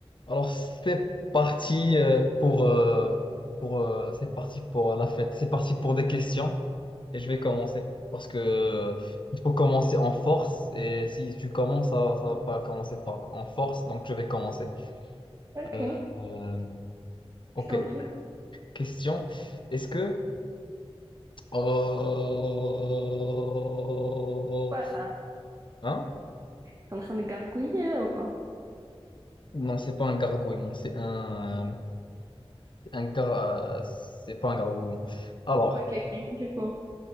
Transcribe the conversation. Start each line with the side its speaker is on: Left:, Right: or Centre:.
Left: Alors, c'est parti euh, pour, euh, pour, euh, c'est parti pour la fête. C'est parti pour des questions et je vais commencer parce que euh, il faut commencer en force et si tu commences, ça, ça va pas commencer par en force, donc je vais commencer.
Right: Ok,
Left: Euh, euh, ok,
Right: je t'en prie.
Left: question. Est-ce que Oh.
Right: Quoi ça?
Left: hein?
Right: T'es en train de gargouiller là ou quoi?
Left: Non, c'est pas un gargouillement, c'est un, un gar... euh, c'est pas un gargouillement. Alors.
Right: Ok, ok, du coup.